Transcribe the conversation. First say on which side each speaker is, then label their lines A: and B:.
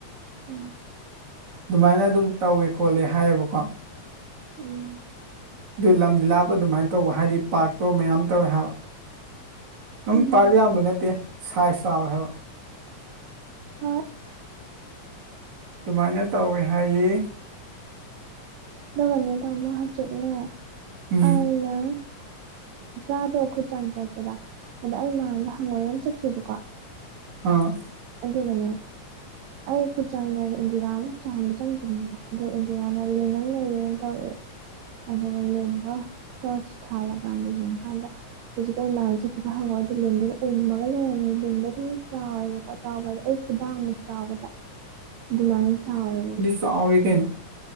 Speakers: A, on the right (about 75°); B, on the right (about 50°).
A: ꯎꯝ
B: ꯑꯗꯨꯃꯥꯏꯅ ꯑꯗꯨꯝ ꯇꯧꯏ ꯈꯣꯠꯂꯦ ꯍꯥꯏꯌꯦꯕꯀꯣ
A: ꯎꯝ
B: ꯑꯗꯨ ꯂꯝꯗꯤ ꯂꯥꯞꯄ ꯑꯗꯨꯃꯥꯏꯅ ꯇꯧꯕ ꯍꯥꯏꯗꯤ ꯄꯥꯔꯠꯇꯣ ꯃꯌꯥꯝ ꯇꯧꯋꯦ ꯍꯥꯏꯕ ꯑꯗꯨꯝ
A: ꯎꯝ
B: ꯄꯥꯔꯠ ꯌꯥꯝꯕ ꯅꯠꯇꯦ ꯁꯥꯏꯖ ꯆꯥꯎꯏ ꯍꯥꯏꯕ
A: ꯍꯣꯏ
B: ꯑꯗꯨꯃꯥꯏꯅ ꯇꯧꯋꯦ ꯍꯥꯏꯌꯦ
A: <unintelligible> ꯍꯧꯖꯤꯛꯅꯦ
B: ꯎꯝ
A: ꯑꯩꯅ ꯆꯥꯗꯣ ꯈꯨꯠ ꯆꯥꯝ ꯆꯠꯄꯗ ꯑꯗ ꯑꯩ ꯃꯥꯡꯗ ꯍꯪꯉꯣꯏ ꯑꯃ ꯆꯠꯈꯤꯕꯀꯣ
B: ꯑꯥ
A: ꯑꯗꯨꯒꯅꯦ ꯑꯩ ꯈꯨꯠꯆꯥꯝ ꯂꯣꯢꯔꯥ ꯏꯟꯗꯤꯔꯥ ꯑꯃꯨꯛ ꯆꯥꯝꯕ ꯆꯪꯒꯤꯝꯅꯦꯕ ꯑꯗꯣ ꯏꯟꯗꯤꯔꯥꯅ ꯂꯤꯟ ꯑꯃ ꯂꯩꯔꯦꯅ ꯇꯧꯔꯛꯑꯦ ꯑꯗꯨꯒ ꯂꯤꯟꯗꯣ ꯇꯣꯔꯆ ꯊꯥꯜꯂꯀꯥꯟꯗ ꯌꯦꯡꯀꯥꯟꯗ ꯍꯧꯖꯤꯛ ꯑꯩ ꯃꯥꯡ ꯆꯠꯈꯤꯕ ꯍꯪꯉꯣꯢꯗꯨ ꯂꯤꯟꯗꯨꯅ ꯎꯝꯃꯒ ꯂꯩꯔꯝꯃꯦ ꯂꯤꯟꯗꯣ ꯑꯗꯨꯝ ꯆꯥꯎꯋꯦꯕ ꯀꯣ ꯆꯥꯎꯕ ꯍꯥꯏꯗ ꯑꯩ ꯈꯨꯗꯥꯡꯃꯨꯛ ꯆꯥꯎꯒꯗ ꯑꯗꯨꯃꯥꯏꯅ ꯆꯥꯎꯋꯦꯕꯀꯣ
B: ꯆꯥꯎꯔꯦꯀꯩꯅꯣ